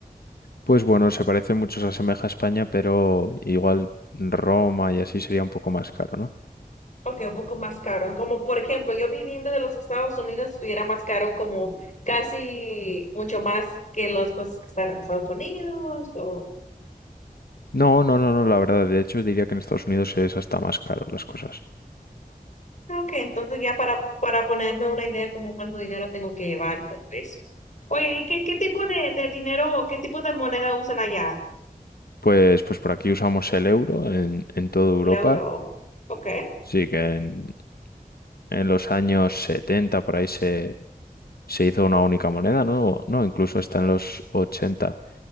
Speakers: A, on the left; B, on the left.
A: Pues bueno, se parece mucho, se asemeja a España, pero igual Roma y así sería un poco más caro, ¿no?
B: Ok, un poco más caro. Como por ejemplo, yo viniendo de los Estados Unidos, estuviera más caro como casi mucho más que las cosas que están en Estados Unidos. O...
A: No, no, no, no, la verdad, de hecho diría que en Estados Unidos es hasta más caro las cosas.
B: Ok, entonces ya para, para ponerme una idea como cuánto dinero tengo que llevar y todo eso. Oye, ¿y qué, qué tipo de, de dinero, qué tipo de moneda usan allá?
A: Pues, pues por aquí usamos el euro en, en toda Europa
B: el euro. Ok,
A: Sí, que en, en los años 70 por ahí se, se hizo una única moneda, ¿no? O- No, incluso está en los ochenta